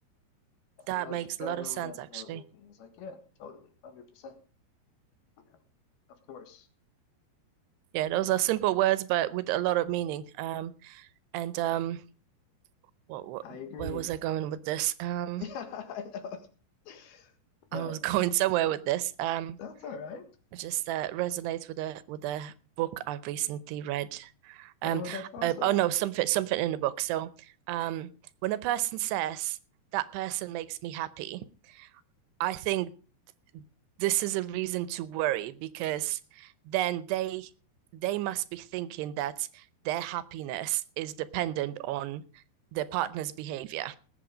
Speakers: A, on the left (about 70°); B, on the right (about 85°).
A: And
B: that
A: that was,
B: makes
A: that
B: a lot
A: really
B: of sense
A: resonated
B: actually.
A: with me. It's like, yeah, totally, 100%, you know, of course,
B: Yeah, those
A: you know,
B: are simple words but with a lot of meaning. Um, and um, what, what
A: I agree.
B: where was I going with this? Um,
A: <laughs> Yeah, I know. Yeah.
B: I was <laughs> going somewhere with this. Um,
A: That's all right.
B: it just uh, resonates with a with a book I've recently read. Um,
A: Oh, that's awesome.
B: uh, oh no, something something in the book. So um, when a person says that person makes me happy, I think this is a reason to worry because then they they must be thinking that their happiness is dependent on their partner's behavior